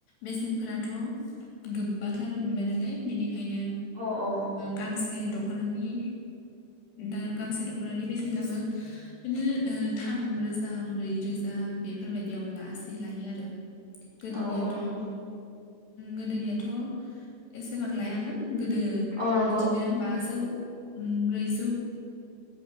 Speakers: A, on the left (about 65°); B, on the right (about 20°).
A: बेसेनफोराथ' गोबां जानो हमबाय नालाय बेनिखायनो
B: औ औ
A: गांसे दख'नानि दा गांसे दख'नानि बेसेनाबो बिनो थाम रोजा ब्रै रोजा दा बेफोरबायदियाव लासै लायो आरो गोदोनियाथ'
B: औ औ नंगौ
A: गोदोनियाथ' एसेबां लायामोन गोदो
B: औ नंगौ
A: बिदिनो बाजौ उ ब्रैज